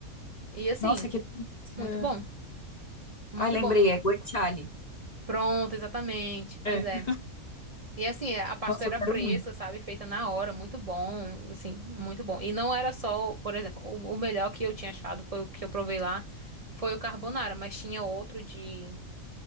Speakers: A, on the right; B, on the left.
A: E assim,
B: Nossa, que delícia.
A: muito bom. Muito
B: Ai, lembrei,
A: bom.
B: é guanciale.
A: Pronto, exatamente. Pois
B: É.
A: é. E assim, é, a pasta
B: Nossa,
A: era
B: eu quero
A: fresca,
B: muito.
A: sabe? Feita na hora, muito bom, assim, muito bom. E não era só, por exemplo, o, o melhor que eu tinha achado foi o que eu provei lá, foi o carbonara, mas tinha outro de,